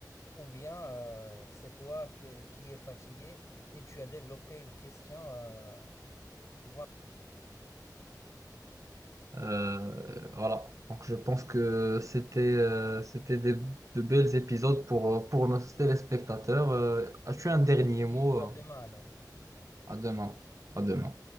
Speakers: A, on the left; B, on the right.
A: ou bien euh, c'est toi que- qui es fatigué et tu as développé une question, euh, tu vois,
B: Euh, voilà. Donc je pense que c'était euh, c'était des- de belles épisodes pour, euh, pour nos téléspectateurs. Euh, as-tu
A: et
B: un
A: on
B: dernier
A: se dit
B: mot?
A: à
B: euh,
A: demain alors.
B: À demain. À demain.